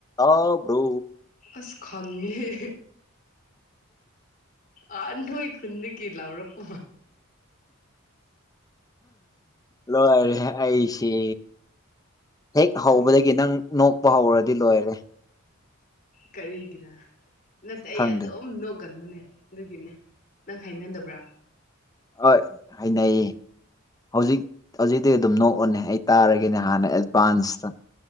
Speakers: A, on the left (about 15°); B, on the left (about 40°).
A: ꯑꯥꯎꯕ꯭ꯔꯣ
B: ꯑꯁ ꯈꯪꯃꯦ ꯍꯦ ꯑ ꯅꯣꯣꯏ ꯈꯨꯟ ꯀꯔꯂꯕ꯭ꯔ ꯄ
A: ꯂꯣꯏꯔꯦ ꯑꯁꯦ ꯍꯦꯛ ꯍꯧꯕꯗꯒꯤ
B: ꯅꯪ
A: ꯅꯪ ꯅꯣꯛꯄ ꯍꯧꯔꯗꯤ ꯂꯣꯏꯔꯦ
B: ꯀꯔꯤꯒꯔ ꯅꯠꯇꯦ ꯑꯩ
A: ꯈꯪꯗꯦ
B: ꯑꯗꯨꯝ ꯅꯣꯛꯒꯟꯕꯅꯦ ꯑꯗꯨꯒꯤꯅꯦ ꯅꯪ ꯍꯥꯏꯅꯗꯕ꯭ꯔꯥ?
A: ꯍꯣꯏ ꯍꯥꯏꯅꯌꯦ꯫ ꯍꯧꯖꯤꯛ ꯍꯧꯖꯤꯛꯇꯤ ꯑꯗꯨꯝ ꯅꯣꯛꯑꯣꯅꯦ ꯑꯩ ꯇꯥꯔꯒꯦꯅꯦ ꯍꯥꯟꯅ ꯑꯦꯗꯚꯥꯟꯁꯇ